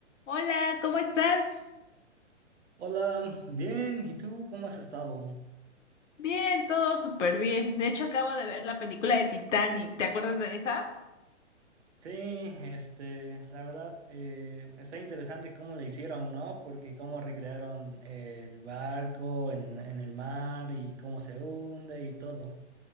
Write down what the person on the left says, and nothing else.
Hola, ¿cómo estás?
Bien, todo súper bien. De hecho, acabo de ver la película de Titanic. ¿Te acuerdas de esa?